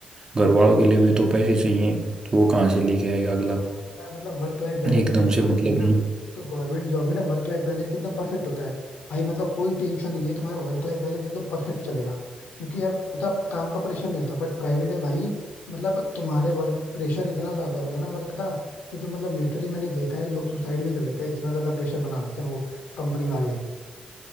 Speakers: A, on the right; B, on the left.
A: घर वालों के लिए भी तो पैसे चाहिए तो वो कहाँ से लेके आएगा अगला
B: और पता है मतलब वर्क लाइफ बैलेंस
A: एकदम
B: की अगर
A: से
B: बात
A: मतलब
B: करें ना तो गवर्नमेंट जॉब में ना वर्क लाइफ बैलेंस एकदम परफेक्ट होता है भाई मतलब कोई टेंशन ही नहीं है तुम्हारा वर्क लाइफ बैलेंस एकदम परफेक्ट चलेगा क्योंकि यार उतना काम का प्रेशर नहीं होता बट प्राइवेट है भाई मतलब तुम्हारे वर्क प्रेशर इतना ज्यादा होगा ना वर्क का कि तो मतलब लिटरली मैंने देखा है लोग सुसाइड भी कर लेते हैं इतना ज्यादा प्रेशर बना देते हैं वो कंपनी वाले